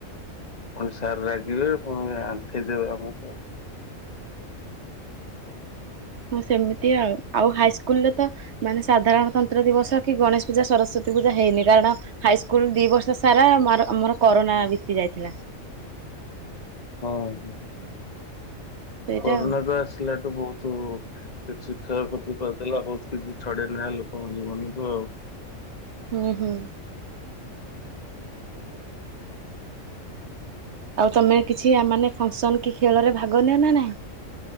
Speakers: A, on the left (about 35°); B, on the right (about 55°).
A: ପୁଣି ସାର୍ ରାଗିବେ ପୁଣି ଆଣ୍ଠେଇ ଦେବେ ଆମକୁ।
B: ହଁ ସେମିତି ଆଉ-ଆଉ ହାଇସ୍କୁଲ ରେ ତ ମାନେ ସାଧାରଣତନ୍ତ୍ର ଦିବସ କି ଗଣେଶ ପୂଜା ସରସ୍ଵତୀ ପୂଜା ହେଇନି କାରଣ ହାଇସ୍କୁଲ ଦି ବର୍ଷ ସାରା ଆମ୍ ର ଆମର କରୋନା ବିତି ଯାଇଥିଲା।
A: ହଁ ହୁଁ
B: ସେଇଟା
A: କରୋନା
B: ଆଉ।
A: ତ ଆସିଲାଠୁ ବହୁତୁ। କିଛି କ୍ଷୟ କତି କରିଦେଲା ବହୁ କିଛି ଛଡେଇ ନେଲା ଲୋକଙ୍କ ଜୀବନକୁୁ ଆଉ।
B: ହୁଁ ହୁଁ। ଆଉ ତମେ କିଛି ଆ ମାନେ ଫଙ୍କ୍ସନ୍ କି ଖେଳରେ ଭାଗ ନିଅ ନା ନାଇଁ।